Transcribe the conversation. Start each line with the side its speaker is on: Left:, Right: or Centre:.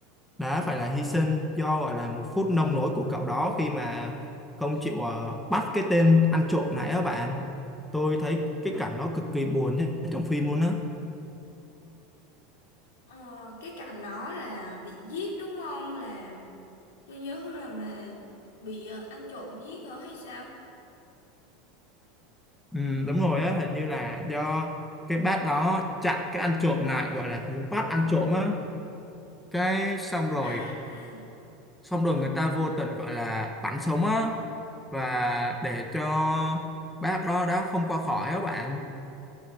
Centre: đã phải là hy sinh do gọi là một phút nông nổi của cậu đó khi mà không chịu ờ, bắt cái tên ăn trộm này á bạn tôi thấy cái cảnh nó cực kỳ buồn nhất trong phim luôn á
Left: Ờ, cái cảnh đó là bị giết đúng không? Là tôi nhớ không lầm là bị ờ, ăn trộm giết hả hay sao?
Centre: ừ, đúng rồi á hình như là do cái bác đó chặn cái ăn trộm lại gọi là muốn bắt ăn trộm á cái xong rồi
Left: À à
Centre: xong rồi người ta vô tình gọi là bắn sống á và để cho bác đó đã không qua khỏi á bạn